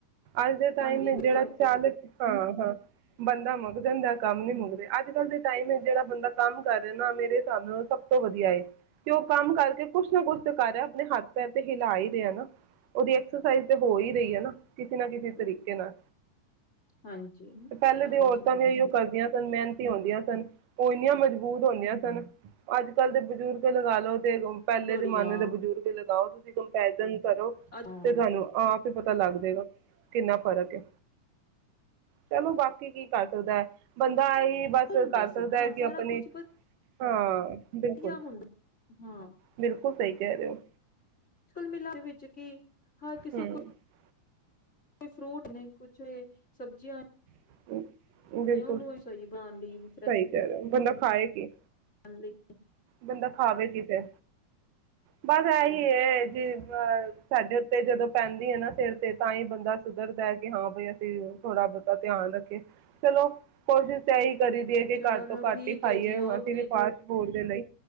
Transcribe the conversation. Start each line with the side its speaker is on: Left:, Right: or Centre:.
Right: ਅੱਜ ਦੇ
Left: ਕੰਮ
Right: ਟਾਈਮ
Left: ਨੀ ਮੁੱਕ
Right: ਜਿਹੜਾ
Left: ਜਾਓ
Right: ਚਾਲਕ ਹਾਂ ਹਾਂ ਬੰ <unintelligible> ਮੁਗੰ ਦਾ ਕੰਮ ਨੀ ਮੁਗਦੇ ਅੱਜ ਕੱਲ ਦੇ ਟਾਈਮ ਹੈ ਜਿਹੜਾ ਬੰਦਾ ਕੰਮ ਕਰ ਰਿ ਨਾ ਮੇਰੇ ਸਾਨੂੰ ਸਭ ਤੋਂ ਵਧੀਆ ਏ ਤੇ ਉਹ ਕੰਮ ਕਰਕੇ ਕੁਛ ਨਾ ਕੁਛ ਸਰਕਾਰ ਆਪਣੇ ਹੱਥ ਪੈਰ ਤੇ ਹਿਲਾ ਹੀ ਰ ਨਾ ਉਹਦੀ ਐਕਸਰਸਾਈਜ਼ ਤੇ ਹੋ ਹੀ ਰਹੀ ਹੈ ਨਾ ਕਿਸੇ ਨਾ ਕਿਸੇ ਤਰੀਕੇ
Left: ਹੂੰ
Right: ਨਾਲ
Left: ਹਾਂਜੀ,
Right: ਤੇ ਪਹਿਲੇ
Left: ਹਾਂਜੀ,
Right: ਦੀ ਔਰਤਾਂ
Left: ਹਾਂਜੀ
Right: ਵੀ ਇਹੀਓ ਕਰਦੀਆਂ ਮਿਹਨਤੀ ਹੁੰਦੀਆਂ ਸਨ ਉਹ ਇੰਨੀਆਂ ਮਜ਼ਬੂਤ ਹੁੰਦੀਆਂ ਸਨ ਅੱਜ ਕੱਲ ਦੇ ਬਜ਼ੁਰਗ ਲਗਾ ਲਓ ਪਹਿਲੇ
Left: ਬੜੀਆਂ
Right: ਜਮਾਨੇ ਦੇ ਬਜ਼ੁਰਗ ਲਗਾਓ ਤੁਸੀਂ ਕੰਪੈਰੀਨ ਕਰੋ
Left: ਹਾਂ
Right: ਤੇ ਤੁਹਾਨੂੰ ਆਪ ਹੀ ਪਤਾ ਲੱਗ ਜਾਗਾ ਕਿੰਨਾ ਫ਼ਰਕ ਹੈ ਚਲੋ ਬਾਕੀ ਕੀ ਕਰ ਸਕਦਾ ਹੈ ਬੰਦਾ ਦਾ ਹੀ ਬਸ ਕਰ
Left: ਹੁੰਦਾ ਸੀ
Right: ਸਕਦਾ
Left: ਨਾ
Right: ਹੈ ਕਿ
Left: ਸਾਰਾ
Right: ਆਪਣੀ
Left: ਕੁਛ
Right: ਹਾਂ ਬਿਲਕੁਲ
Left: ਵਧੀਆ ਹੁੰਦਾ ਹਾਂ
Right: ਬਿਲਕੁਲ ਸਹੀ ਕਹਿ ਰਹੇ ਹੋ
Left: ਮੁਕਲ ਮਿਲ ਵਿੱਚ ਕੀ ਹਾਂ ਕਿਸੀ
Right: ਹਮ
Left: ਕੋ ਕੋਈ ਫਰੂਟ ਨੇ ਕੁਛ ਸਬਜ਼ੀਆਂ
Right: <inaudible> ਬਿਲਕੁਲ
Left: ਨੇ ਉਹਨੂੰ
Right: ਸਹੀ
Left: ਬਣਾਉਣ ਲਈ
Right: ਗ ਹੈ ਬੰਦਾ ਖਾਏ ਕੀ
Left: ਹਾਂਜੀ
Right: ਬੰਦਾ ਖਾਵੇ ਕਿਤੇੇ ਬਸ ਇਹੀ
Left: ਹਾਂ
Right: ਹੈ ਜੀ ਅਹ ਸਾਡੇ ਉੱਤੇ ਜਦੋਂ ਪੈਂਦੀ ਹੈ ਨਾ ਸਿਰ ਤੇ ਤਾਂ ਹੀ ਬੰਦਾ ਸੁਧਰਦਾ ਹੈ ਕਿ ਹਾਂ ਬਈ ਅਸੀਂ ਥੋੜਾ ਬਹੁਤਾ ਧਿਆਨ ਰੱਖੇ ਚਲੋ ਕੋਸ਼ਿਸ਼ ਤੇਹੀ ਕਰ ਦੀਏ ਕਿ
Left: ਚਲੋ
Right: ਘੱਟ ਤੋਂ
Left: ਠੀਕ
Right: ਘੱਟ ਹੀ ਖਾਈਏ
Left: ਹੈ ਜੀ ਓਕੇ
Right: ਅਸੀਂ ਵੀ ਫਾਸਟ ਫੂਡ ਲਈ